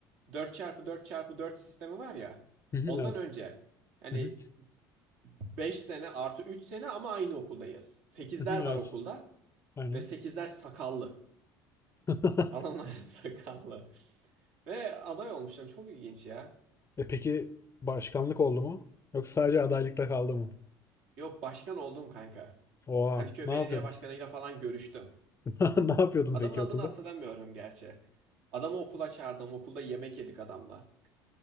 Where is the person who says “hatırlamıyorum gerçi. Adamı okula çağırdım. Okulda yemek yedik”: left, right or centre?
Right